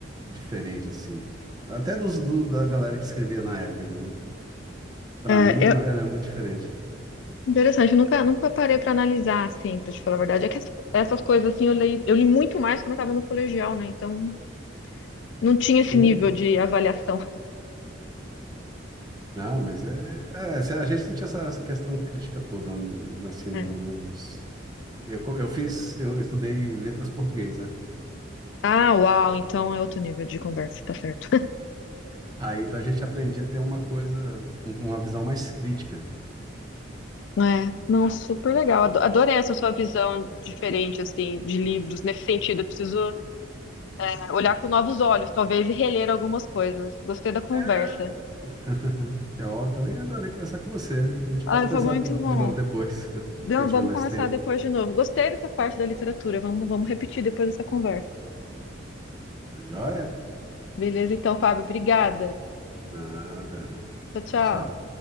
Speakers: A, on the right (about 20°); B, on the left (about 65°).
A: diferente assim, até dos, do- da galera que escrevia na época, entendeu? Para
B: É,
A: mim era,
B: eu-
A: era muito diferente.
B: Interessante, eu nunca, nunca parei para analisar, assim, pra te falar a verdade. É que ess- essas coisas, assim, eu li, eu li muito mais quando eu tava no colegial, né? Então, não tinha
A: Sim,
B: esse nível de avaliação.
A: Não, mas é, é, se a gente não tinha essa, essa questão crítica toda, n- assim, no-
B: É.
A: nos... Eu, co- eu fiz, eu estudei letras português, né?
B: Ah, uau, então é outro nível de conversa, tá certo.
A: Aí, então, a gente aprendia a ter uma coisa, um- uma visão mais crítica.
B: É, não, super legal. Ado- Adorei essa sua visão diferente, assim, de livros, nesse sentido. Eu preciso é, olhar com novos olhos, talvez, e reler algumas coisas. Gostei da conversa.
A: É... <laughs> É ó, também adorei conversar com você. A gente
B: Ai,
A: pode
B: foi
A: conversar
B: muito
A: de
B: bom.
A: novo depois, <laughs> quando
B: Não,
A: eu tiver
B: vamos
A: mais
B: conversar
A: tempo.
B: depois de novo. Gostei dessa parte da literatura. Vamos, vamos repetir depois dessa conversa.
A: Tá joia?
B: Beleza, então, Fábio, obrigada.
A: Nada.
B: Tchau, tchau.
A: Tchau.